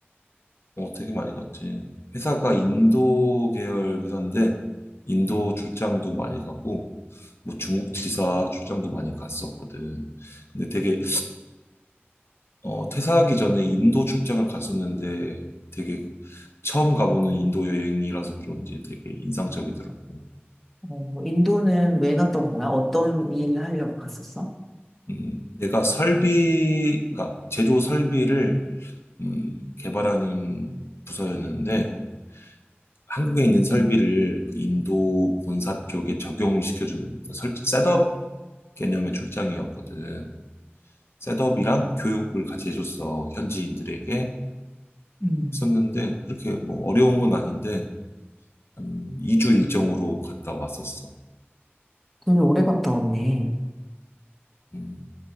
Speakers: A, on the left (about 70°); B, in the centre.
A: 어, 되게 많이 갔지. 회사가 인도 계열 회사인데, 인도 출장도 많이 가고, 뭐 중국 지사 출장도 많이 갔었거든. 근데 되게, 어, 퇴사하기 전에 인도 출장을 갔었는데, 되게 처음 가보는 인도 여행이라서 그런지 되게 인상적이더라고.
B: 어, 인도는 왜 갔던 거야? 어떤 일 하려고 갔었어?
A: 음, 내가 설비, 그 제조 설비를, 음, 개발하는 부서였는데, 한국에 있는 설비를 그 인도 본사 쪽에 적용을 시켜주는 그 설 셋업 개념의 출장이었거든. 셋업이랑 교육을 같이 해줬어. 현지인들에게
B: 음.
A: 했었는데 그렇게 뭐 어려운 건 아닌데 한 2주 일정으로 갔다 왔었어.
B: 되게 오래 갔다 왔네.
A: 음,